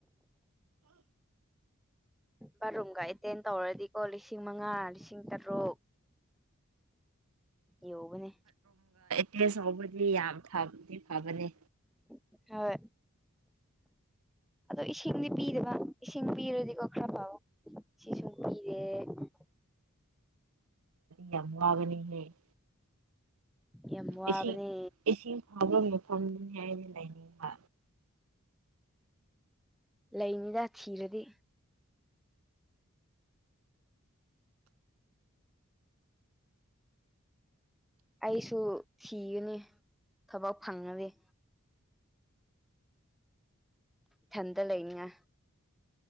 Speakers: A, in the centre; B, on the right.
A: ꯕꯥꯠꯔꯨꯝꯒ ꯑꯦꯇꯦꯟ ꯇꯧꯔꯗꯤꯀꯣ ꯂꯤꯁꯤꯡ ꯃꯉꯥ ꯂꯤꯁꯤꯡ ꯇꯔꯨꯛ ꯌꯒꯅꯦ
B: ꯇꯦꯁ ꯍꯧꯕꯗꯤ ꯌꯥꯝ ꯐꯗꯤ ꯐꯕꯅꯤ
A: ꯍꯣꯏ ꯑꯗꯣ ꯏꯁꯤꯡꯗꯤ ꯄꯤꯗꯕ ꯏꯁꯤꯡ ꯄꯤꯔꯗꯤꯀꯣ ꯈꯔ ꯄꯥꯎ ꯁꯤ ꯁꯨꯝ ꯄꯤꯔꯦ <unintelligible>
B: ꯌꯥꯝꯃꯕꯅꯤ ꯂꯩꯦ
A: ꯌꯥꯝ ꯋꯥꯕꯅꯦ
B: ꯏꯁꯤꯡ ꯏꯁꯤꯡ ꯐꯥꯎꯕ ꯃꯐꯝꯐꯝꯗꯨꯅꯤ ꯍꯥꯏꯅꯤ ꯂꯥꯏꯅꯤꯡꯕ
A: ꯂꯩꯅꯤꯗ ꯊꯤꯔꯗꯤ ꯑꯩꯁꯨ ꯊꯤꯒꯅꯤ ꯊꯕꯛ ꯐꯪꯉꯗꯤꯦ ꯊꯟꯗ ꯂꯩꯉ